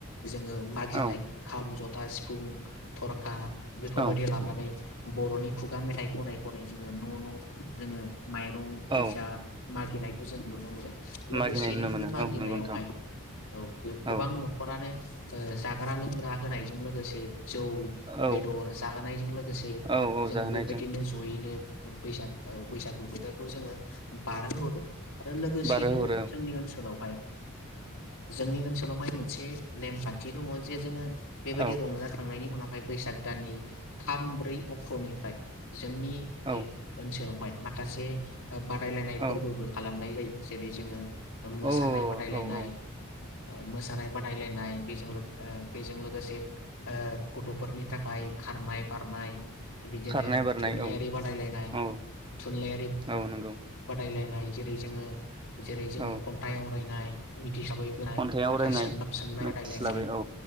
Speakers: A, on the left; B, on the right.
A: जोङो मागिनाय
B: औ
A: खाम ज था सिफुं थरखा बेफोरबायदि
B: औ
A: लानानै बर'नि खुगा मेथाइ खनै खनै जोङो न' न' जोङो माइरं फैसा
B: औ
A: मागिनायखौ जों नुनो मोनो। लोगोसेनो
B: मागिनाय नुनो मोनो
A: बे मागिनायावहाय
B: औ नंगौ नोंथां
A: औ गोबां
B: औ
A: न'खरानो ओ जाग्रा लोंग्रा होनायजों लोगोसे जौ
B: औ
A: बेदर जाहोनायजों लोगोसे
B: औ औ
A: जोङो
B: जाहोनायजों
A: बेबायदिनो जयैनो बैसाग औ बैसागु बोथोरखौ जोङो बार हो हरो। आरो लोगोसेनो
B: बारहोहरो
A: जोंनि ओनसोलाव जोंनि ओनसोलावहाय मोनसे नेमखान्थि दङ जे जोङो बेबायदि
B: औ
A: रंजाखांनायनि उनावहाय बैसाग दाननि थाम ब्रै अक्ट'निफ्राय जोंनि
B: औ
A: ए ओनसोलावहाय खासे बादायलायनाय
B: औ
A: फोरबोबो खालामनाय जायो। जेरै जोङो मोसानाय
B: औ
A: बादायलायनाय
B: औ
A: ओ मोसानाय बादायलायनाय बेजों लो ओ बेजों लोगोसे ओ गथ'फोरनि थाखाय खारनाय बारनाय बिदिनो
B: खारनाय बारनाय
A: थुनलाइयारि
B: औ
A: बादायलायनाय
B: औ
A: थुनलाइयारि
B: औ नंगौ
A: बादायलाय नाय जेरै जोङो जेरै जोङो
B: औ
A: खन्थाइ आवराय नाय मिथिसब <unintelligible> बोनाय
B: खन्थाइ आवरायनाय
A: माखासे सोंलाब सोंनाय
B: मिथिस्लाबै
A: बादायलायनाय
B: औ